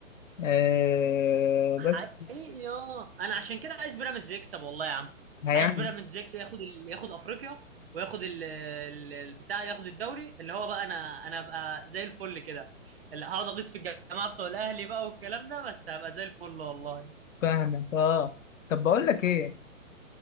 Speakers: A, on the left; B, on the right.
A: آه،
B: حقيقي
A: بس
B: اه انا عشان كده عايز بيراميدز يكسب والله يا عم
A: هيعمل
B: عايز بيراميدز يكسب ياخد ال... ياخد افريقيا وياخد ال... ال- البتاع ياخد الدوري اللي هو بقى انا انا ابقى زي الفل كده اللي هقعد اغيظ في الجماعه بتوع الاهلي بقى والكلام ده بس هبقى زي الفل والله
A: فاهمك اه طب بقول لك ايه